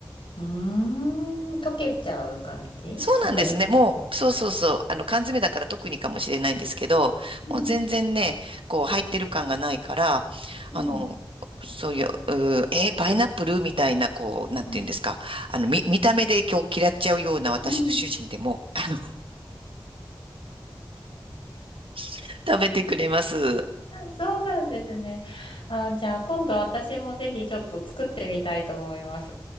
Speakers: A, on the left; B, on the right.
A: うーん、溶けちゃう感じそっか、
B: そうなんですね。
A: 2時間とかだ。
B: もう、そうそうそう。あの、缶詰だから特にかもしれないんですけど、
A: うん、
B: もう全然ね、こう、入ってる感がないから、
A: うん、
B: あの、そういう、うーえーパイナップルみたいな、こう、なんていうんですか。
A: うん。
B: あの、見、見た目で今日嫌っちゃうような私の主人でも、
A: <laughs> うん
B: あの、<laughs> 食べてくれます。
A: あそうなんですね。あ、じゃあ今度私もぜひちょっと作ってみたいと思います。